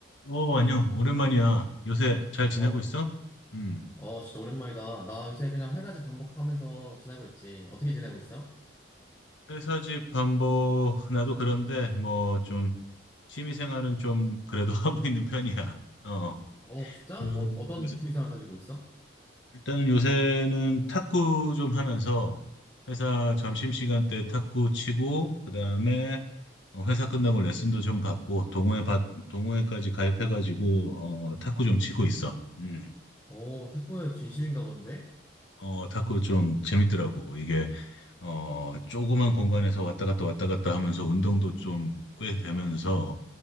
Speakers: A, on the left; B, on the left.
A: 어, 안녕. 오랜만이야. 요새 잘 지내고
B: 어,
A: 있어? 음.
B: 어, 진짜 오랜만이다. 나 요새 그냥 회사 집 반복하면서 지내고 있지. 어떻게 지내고 있어?
A: 회사 집 반보 나도 그런데 뭐 좀 취미 생활은 좀 그래도 <laughs> 하고 있는 편이야. 어.
B: 어, 진짜?
A: 그
B: 어, 어떤
A: 요새-
B: 취미생활 가지고 있어?
A: 일단은 요새는 탁구 좀 하면서 회사 점심시간 때 탁구 치고 그다음에 어, 회사 끝나고 레슨도 좀 받고 동호회 받 동호회까지 가입해 가지고 어 탁구 좀 치고 있어. 음.
B: 어, 탁구에 진심인가 본데?
A: 어 탁구 좀 재밌더라고. 이게 어, 조그만 공간에서 왔다 갔다 왔다 갔다 하면서 운동도 좀 꽤 되면서,